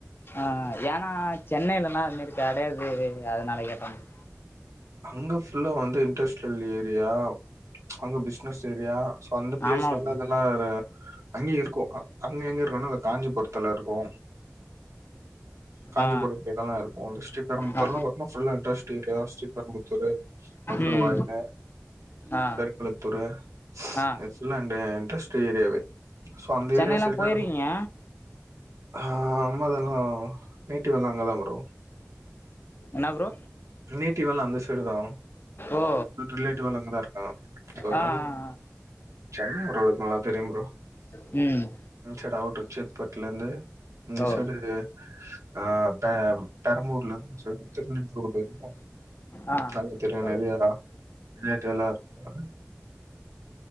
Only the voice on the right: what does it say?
அங்க ஃபுல்லா வந்து இண்டஸ்ட்ரியல் ஏரியா அங்க பிசினஸ் ஏரியா சோ அந்த பிளேஸ்லல்லா
அதெல்லா அங்கயு இருக்கு அங்க எங்க இருக்குன்னா அந்த காஞ்சிபுரத்துல இருக்கு காஞ்சிபுரத்துல
இதெல்லா இருக்கு இந்த ஸ்ரீபெரம்புத்தூர்ல்லா
ஒ ம ஃபுல்லா இண்டஸ்ட் ஏரியா ஸ்ரீபெரம்புத்தூரு மதுரவாயிலு
பெருங்குளத்தூரு
அது ஃபுல்லா இந்த இன்டஸ்ட் ஏரியாவே சோ அந்த
ஏரியா சைடுல்லா
நம்ம ஆம அதெல்லா நேட்டிவ் எல்லா அங்கதா ப்ரோ
நேட்டிவ் எல்லா அந்த சைடுதா
ரிலேட்டிவ் எல்லா அங்கதா இருக்காங்க சோ அதனால
சென்னை ஓரளவுக்கு நல்லா தெரியு ப்ரோ
இந்த சைடு அவுட்ரு சேத்பட்லருந்து இந்த
சைடு ஆ பெ பெரம்பூர்லந்து இருந்து இந்த சைடு <unintelligible> ரோட் வரையு
நல்லா தெரியு
நெறையா தா ரிலேடிவ் எல்லா இருக்காங்க